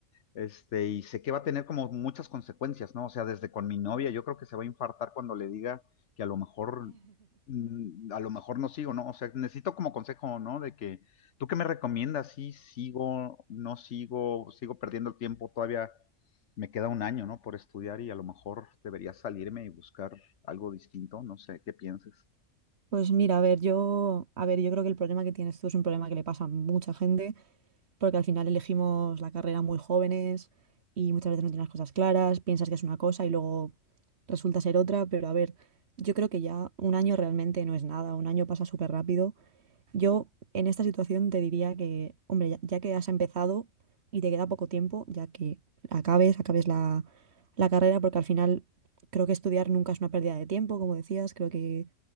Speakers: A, on the left; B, on the right.
A: Este, y sé que va a tener como muchas consecuencias, ¿no? O sea, desde con mi novia, yo creo que se va a infartar cuando le diga que a lo mejor, mm, a lo mejor no sigo, ¿no? O sea, necesito como consejo, ¿no? De que, ¿tú qué me recomiendas? Sí, sigo, no sigo, sigo perdiendo el tiempo, todavía me queda un año, ¿no? Por estudiar y a lo mejor debería salirme y buscar algo distinto, no sé, ¿qué piensas?
B: Pues mira, a ver, yo, a ver, yo creo que el problema que tienes tú es un problema que le pasa a mucha gente, porque al final elegimos la carrera muy jóvenes y muchas veces no tienes las cosas claras, piensas que es una cosa y luego resulta ser otra, pero a ver, yo creo que ya un año realmente no es nada, un año pasa súper rápido Yo en esta situación te diría que, hombre, ya, ya que has empezado y te queda poco tiempo, ya que acabes, acabes la, la carrera, porque al final creo que estudiar nunca es una pérdida de tiempo, como decías, creo que